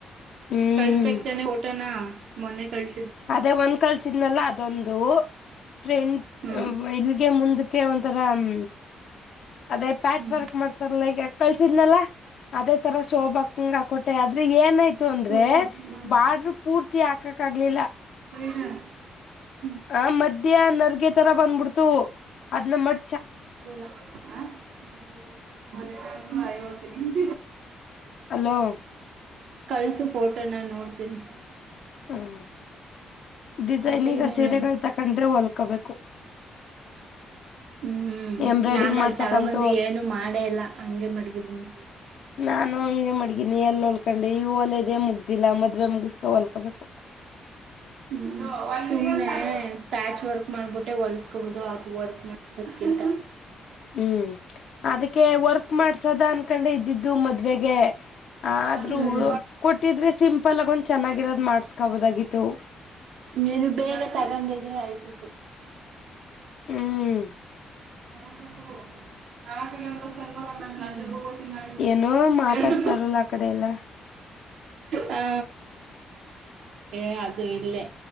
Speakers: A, on the left; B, on the right.
A: ಹ್ಮ್
B: ಕಳ್ಸ್ಬೇಕತನೆ ಊಟನ ಮೊನ್ನೆ ಕಳ್ಸ
A: ಅದೇ ಒಂದ್ ಕಲ್ಸಿದ್ನಲ್ಲ ಅದೊಂದು ಫ್ರೆಂಡ್
B: ಹ್ಞೂ
A: ಇಲ್ಲಿಗೆ ಮುಂದ ಕ್ಕೆ ಒಂಥರ ಹ್ಮ ಅದೇ ಪ್ಯಾಚ್
B: ಹ್ಞೂ
A: ವರ್ಕ್ ಮಾಡ್ತಾರಲ್ಲ ಈಗ ಕಳ್ಸಿದ್ನಲ್ಲ ಅದೇ ತರ
B: ಹ್ಞೂ
A: ಸೋಬಾಂಗಾಕೋಟೆ ಅ ್ರೆ ಏನಾಯ್ತು ಅಂದ್ರೆ
B: ಹೋಗ್ಕೊಡ್ತೀನಿ ನಾಳೆ
A: ಬಾಡ್ರ ಪೂರ್ತಿ ಹಾಕಕ್ ಆಗ್ಲಿಲ್ಲ
B: ಹ ಹ
A: ಹ ಮಧ್ಯ್ಯಾ ನರ್ಗೆ ತರ ಬಂದ್ಬಿಡ್ತು ಅದ್ನ್ನ ಮತ
B: ಬೆ ಆಗ್ಲಿಲ್ಲ ಬಾಯಓಡ್ತೀನಿ
A: ಹಲೋ
B: ಕಳ್ಸು ಫೋಟೋನ ನೋಡ್ತೇನಿ
A: ಹ್ಮ ಡಿಸೈನಗ
B: ಮತ್ತೆ ಇನ್ನೇನು
A: ಸೀರೆಗಳು ತಕೊಂಡ್ರೆ ಹೊಲ್ಕೊಬೇಕು
B: ಹ್ಮ್
A: ಎಂಬ್ರಾಯ್ಡಿಂಗ್
B: ನಾನ
A: ಮಾಡ್ಸಕಂತು
B: ಅಲ್ಲಿ ತಗೊಬಂದು ಏನು ಮಾಡೇಲ್ಲಾ ಹಂಗೆ ಮಡಗಿದೀನಿ
A: ನಾನು ಹಂಗೆ ಮಡಗೀನಿ ಎಲ್ಲಿ ಹೊಲ್ಕೊಂಡೆ ಈಗ ಒಲೆದೇ ಮುಗ್ದಿಲ್ಲಾ ಮದ್ವೆ ಮುಗಸ್ಕ ಹೊಲ್ಕೋಬೇಕು ಹ
B: ಹ್ಮ್ ಸುಮ್ಮ್ನೆ ಪ್ಯಾಚ್ ವರ್ಕ್ ಮಾಡ್ಬಿಟ್ಟೆ ಹೊಲ್ಸ್ಕೋಬೋುದು ಅತ್ ವರ್ಕ್ ಮಾಡಸ ಇಂತ
A: ಹ್ಮ್ ಅದಕ್ಕೆ ವರ್ಕ್ ಮಾಡ್ಸದ ಅನ್ಕೊಂಡೆ ಇದ್ದಿದ್ದು ಮದ್ವೆೆಗೆ ಹ ಆದ್ರೂ
B: ಹ್ಮ್
A: ಕೊಟ್ಟಿದ್ರೆ ಸಿಂಪಲ್ ಆಗ ಒಂದ್ ಚೆನ್ನಾಗಿರೋದ್ ಮಾಡ್ಸ್ಕೊಬೋದಾಗಿತ್ತು
B: ಇದು ಬೇಗ ತಗೊಂಡಿದ್ರು ಆಯ್ತಿತ್ತು
A: ಹ್ಮ್
B: ನಾಳಕ ನಾಳಕ ಅಂದ್ರರ ನಂಜರು ತಿಂ
A: ಏನೋ ಮಾತಾಡ್ತಾರಲ್ಲ
B: ಎು
A: ಆ ಕಡೆ ಎಲ್ಲ
B: ಹಾ ಏ ಅದು ಇಲ್ಲೇ